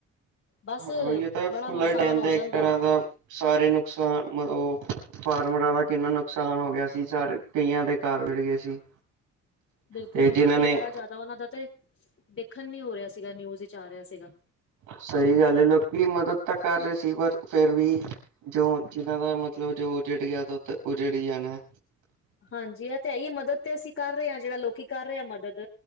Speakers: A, on the left; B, on the right.
A: ਬਸ,
B: ਹਾਂ ਇਹ ਤਾਂ ਫਲੱਡ
A: ਬੜਾ ਨੁਕਸਾਨ
B: ਰਹਿੰਦਾ
A: ਹੋ ਜਾਂਦੈ।
B: ਇੱਕ ਤਰ੍ਹਾਂ ਦਾ ਸਾਰੇ ਨੁਕਸਾਨ, ਮਤ ਉਹ ਫਾਰਮਰਾਂ ਦਾ ਕਿੰਨਾ ਨੁਕਸਾਨ ਹੋ ਗਿਆ ਸੀ, ਸਾਰੇ, ਕਈਆਂ ਦੇ ਘਰ ਉਜੱੜ ਗਏ ਸੀ।
A: ਬਿਲਕੁਲ
B: ਤੇ
A: ਜੀ,
B: ਜਿਨਾਂ
A: ਬਿਲਕੁਲ,
B: ਨੇ
A: ਬੜਾ ਜਾਦਾ ਉਨਾਂ ਦਾ ਤੇ ਦੇਖਨ ਨੀ ਹੋ ਰੇਆ ਸੀਗਾ, ਨਿਊਜ਼ ਵਿੱਚ ਆ ਰੇਆ ਸੀਗਾ।
B: ਸਹੀ ਗੱਲ ਏ, ਲੋਕੀ ਮਦਦ ਤਾਂ ਕਰ ਰੇਅ ਸੀ ਪਰ ਫਿਰ ਵੀ ਜੋ ਜਿਨਾਂ ਦਾ ਮਤਲਬ ਜੋ ਉਜੱੜ ਗਿਆ, ਉਹ ਉਜੱੜ ਈ ਜਾਨੈ।
A: ਹਾਂਜੀ, ਐ ਤੇ ਹੈ ਈ ਏ, ਮਦਦ ਤੇ ਅਸੀਂ ਕਰ ਰੇਅ ਹਾਂ, ਜੇੜਾ ਲੋਕੀ ਕਰ ਰੇ ਆ ਮਦਦ।